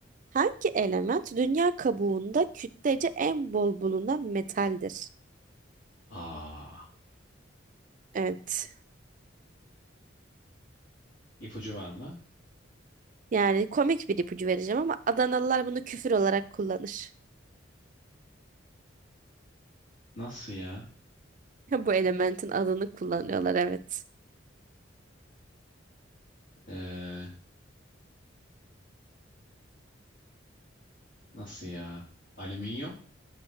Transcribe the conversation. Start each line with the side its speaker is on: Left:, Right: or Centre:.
Right: Hangi element dünya kabuğunda kütlece en bol bulunan metaldir?
Left: Aa,
Right: Evet.
Left: ipucu var mı?
Right: Yani komik bir ipucu vereceğim ama Adanalılar bunu küfür olarak kullanır.
Left: Nasıl ya?
Right: <laughs> Bu elementin adını kullanıyorlar evet.
Left: Ee, nasıl ya? Alüminyum.